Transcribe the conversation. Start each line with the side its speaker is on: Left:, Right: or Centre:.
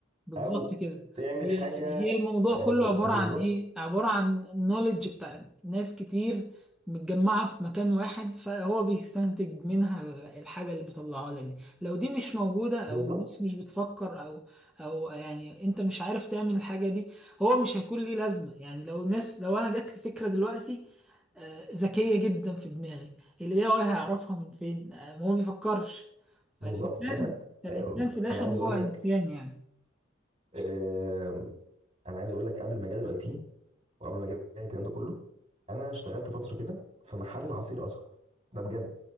Centre: بالظبط
Right: او
Centre: كده
Right: تعمل
Centre: هي
Right: حاجه
Centre: هي الموضوع
Right: آه،
Centre: كله عبارة
Right: بالظبط
Centre: عن ايه عبارة عن النوليدج بتاعت ناس كتير متجمعة في مكان واحد فهو بيستنتج منها ال- الحاجة اللي بيطلعها لك دي لو دي مش موجودة او
Right: بالظبط
Centre: الناس مش بتفكر او او يعني انت مش عارف تعمل الحاجة دي هو مش هيكون ليه لازمة يعني لو الناس لو انا جات لي فكرة دلوقتي آه، ذكية جدا في دماغي اللي هي هيعرفها من فين آه، ما هو بيفكرش
Right: بالظبط
Centre: فالإنسان
Right: <laughs> مثلا
Centre: فالإنسان
Right: آه،
Centre: في الآخر
Right: انا عايز
Centre: هو
Right: اقول
Centre: إنسان
Right: لك
Centre: يعني
Right: آه، انا عايز اقول لك قبل مجال الاي تي وقبل مجال الكلام ده كله انا اشتغلت فتره كده في محل عصير قصب ده بجد